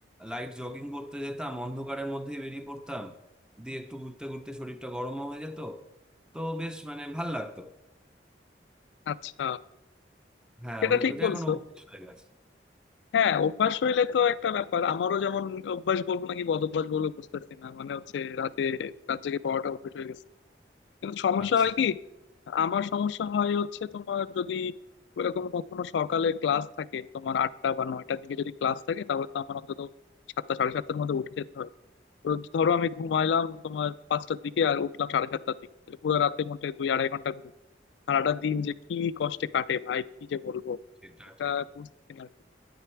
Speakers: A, in the centre; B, on the left.
A: লাইট জগিং করতে যেতাম অন্ধকারের মধ্যেই বেরিয়ে পড়তাম দিয়ে একটু ঘুরতে ঘুরতে শরীরটা গরমও হয়ে যেত তো বেশ মানে ভাল লাগতো
B: আচ্ছা
A: হ্যাঁ
B: সেটা
A: ওই
B: ঠিক
A: ওটা
B: বলছো
A: এখন অভ্যেস হয়ে গেছে
B: হ্যাঁ অভ্যাস হইলে তো একটা ব্যাপার আমারও যেমন অভ্যাস বলবো নাকি বদ অভ্যাস বলবো বুঝতেছি না মানে হচ্ছে রাতে রাত জেগে পড়াটা অভ্যাস হয়ে গেছে কিন্তু সমস্যা
A: আচ্ছা
B: হয় কি আমার সমস্যা হয় হচ্ছে তোমার যদি ওইরকম কখনো সকালে ক্লাস থাকে তোমার আটটা বা নয়টার দিকে যদি ক্লাস থাকে তাহলে তো আমার অন্তত সাতটা সাড়ে সাতটার মধ্যে উঠে যেতে হয় তো ধরো আমি ঘুমাইলাম তোমার পাঁচটার দিকে আর উঠলাম সাড়ে সাতটার দিকে তাহলে পুরো রাতে মোটে দুই আড়াই ঘন্টা ঘুম সারাটা দিন যে কি কষ্টে কাটে ভাই কি যে বলবো
A: সেটা
B: এটা
A: ঠিক
B: বুঝতে না আরকি।